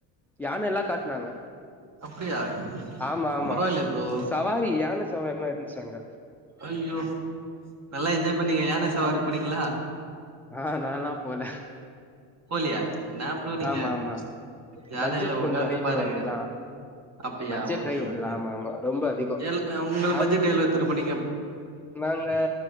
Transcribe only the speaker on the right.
அப்டியா
பரவாயில்ல ப்ரோ
அய்யோ நல்லா என்ஜாய் பண்ணி நீக யானை சவாரி
போனீங்ளா
போலியா என்னா ப்ரோ நீங்க
ப்ச் யானையில
உக்காந்து
பாருங்க
அப்டியா
ஓகே
ஓகே
எல் அ உங்கள
பட்ஜெட் எவ்ளோ எத்துட்டு போனிங்க